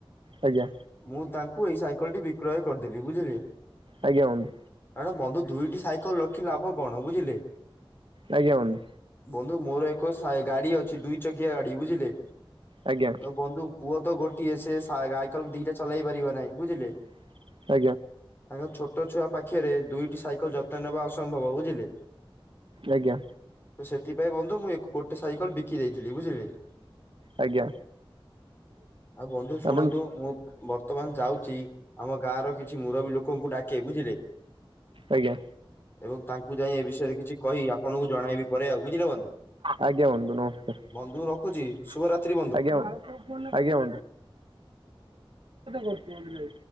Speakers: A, on the right (about 65°); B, on the left (about 25°).
A: ଆଜ୍ଞା
B: ମୁଁ ତାଙ୍କୁ ଏଇ ସାଇକେଲ ଟି ବିକ୍ରୟ କରିଦେଲି ବୁଝିଲେ
A: ଆଜ୍ଞା ବନ୍ଧୁ
B: କାରଣ ବନ୍ଧୁ ଦୁଇଟି ଲଖି ଲାଭ କଣ ବୁଝିଲେ
A: ଆଜ୍ଞା ବନ୍ଧୁ
B: ବନ୍ଧୁ ମୋର ଏକ ସାଇକେଲ ଗାଡ଼ି ଅଛି ଦୁଇ ଚକିଆ ଗାଡ଼ି ବୁଝିଲେ
A: ଆଜ୍ଞା
B: ତ ବନ୍ଧୁ ପୁଅ ତ ଗୋଟିଏ ସେ ସାଆ ଗାଇକଲ ଦିଟା ଚଲେଇ ପାରିବ ନାହିଁ ବୁଝିଲେ
A: <unintelligible>
B: ଆଜ୍ଞା ଛୋଟ ଛୋଟ ଛୁଆ ପାଖିରେ ଦୁଇଟି ସାଇକେଲ ଯତ୍ନ ନେବା ଅସମ୍ଭବ ବୁଝିଲେ
A: ଆଜ୍ଞା
B: ସେଥିପାଇଁ ବନ୍ଧୁ ମୁଁ ଗୋଟେ ସାଇକେଲ ବିକି ଦେଇଥିଲି ବୁଝିଲେ ।
A: ଆଜ୍ଞା
B: ଆଉ ବନ୍ଧୁ ଶୁଣନ୍ତୁ
A: ଆପଣ
B: ମୁଁ ବର୍ତ୍ତମାନ ଯାଉଛି ଆମ ଗାଁ ର କିଛି ମୁରବି ଲୋକଙ୍କୁ ଡାକେ ବୁଝିଲେ
A: ଆଜ୍ଞା।
B: ଏବଂ ତାଙ୍କୁ ଯାଇ ଏ ବିଷୟରେ କିଛି କହି ଆପଣଙ୍କୁ ଜଣାଇବି ପରେ ଆଉ ବୁଝିଲେ ବନ୍ଧୁ?
A: ଆଜ୍ଞା ବନ୍ଧୁ ନମସ୍କାର ।
B: ବନ୍ଧୁ ରଖୁଛି ଶୁଭରାତ୍ରି
A: ଆଜ୍ଞା ବନ୍ଧୁ ଆଜ୍ଞା ବନ୍ଧୁ